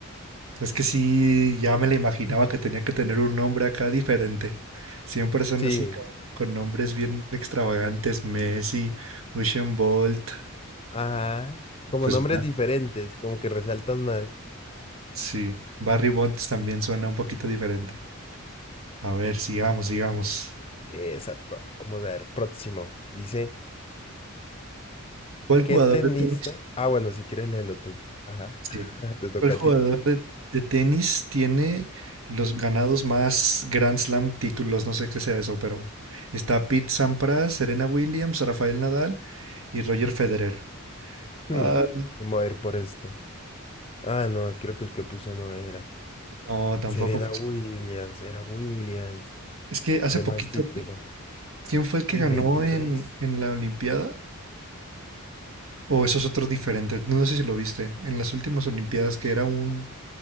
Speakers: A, on the right; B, on the left.
A: Es que sí, ya me la imaginaba que tenía que tener un nombre acá diferente. Siempre son
B: Sí,
A: así como con nombres bien extravagantes. Messi, Usain Bolt.
B: Ajá. Como
A: Pues
B: nombres
A: Ba-
B: diferentes, como que resaltan más.
A: sí. Barry Bonds también suena un poquito diferente. A ver, sigamos, sigamos.
B: Exacto. Vamos a ver, próximo. Dice,
A: ¿Cuál
B: ¿qué
A: jugador
B: tenista?
A: de tenis?
B: Ah, bueno, si quieres léelo tú. Ajá.
A: Sí.
B: <laughs> Te toca
A: ¿Cuál jugador
B: a ti.
A: de, de tenis tiene los ganados más Grand Slam títulos? No sé qué sea eso, pero está Pete Sampras, Serena Williams, Rafael Nadal y Roger Federer.
B: Hmm,
A: Ah,
B: Vamos a ir por este. Ah, no, creo que el que puse no era.
A: no, tampoco.
B: Serena
A: pues.
B: Williams, era Williams.
A: Es que hace
B: de
A: poquito,
B: más títulos.
A: ¿qui- ¿quién fue el que
B: Uy,
A: ganó
B: veintitrés
A: en, en la Olimpiada? O esos otros diferentes, no no sé si lo viste, en las últimas Olimpiadas que era un